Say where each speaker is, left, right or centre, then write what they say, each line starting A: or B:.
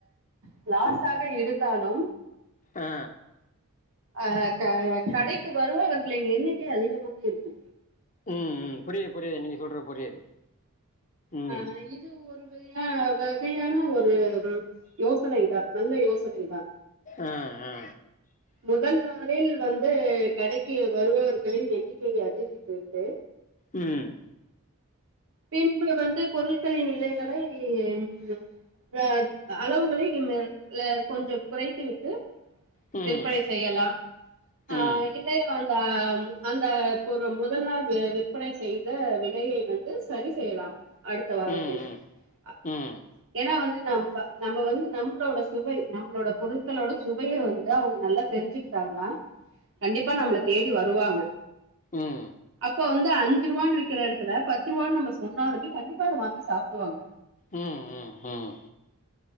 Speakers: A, on the right; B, on the left.
A: இந்த லாசாக ஆக இருந்தாலு
B: ஆ
A: அ க கடைக்கு வருபவர்களின் எண்ணிக்கை அதிகமாக இருக்கு
B: ம் ம் புரியுது புரியுது நீங்க சொல்ற புரியுது ம்
A: அஹ் இது ஒரு வகையா வகையான ஒரு யோசனைதா நல்ல யோசனை தா
B: ஆ ஆ
A: முதல் நாளில் வந்து கடைக்கு வருபவர்களின் எண்ணிக்கையை அதிகரித்து விட்டு
B: ம்
A: பின்பு வந்து பொருட்களின் விலைகளை ம் ஆ அளவுகளை ம் எ கொஞ்சம் குறைத்து விட்டு
B: ம்
A: விற்பனை செய்யலா ஆ
B: ம்
A: இல்லை அந்த அந்த ஒரு முதல் நாள் விற்பனை செய்த விலையை வந்து சரி செய் செய்யலா அடுத்த வாரத்தில்
B: ம் ம் ம்
A: அ
B: ம்
A: ஏனா வந்து நம் இப்ப நம்ப வந்து நம்ளோட சுவை நம்ளோட பொருட்களோட சுவைய வந்து அவுங்க நல்லா தெரிஞ்சுக்கிட்டாங்கனா தெரிஞ்சுக்கிட்டாங்கன்னா கண்டிப்பா நம்ளுக் தேடி வருவாங்க
B: ம்
A: அப்ப வந்து அஞ்சு ரூவான் விக்கிற எடத்துல பத் த்ருவா நம்ம சொன்னாலுமே கண்டிப்பா அத வாங்கி சாப்டுவாங்க
B: ம் ம் ம்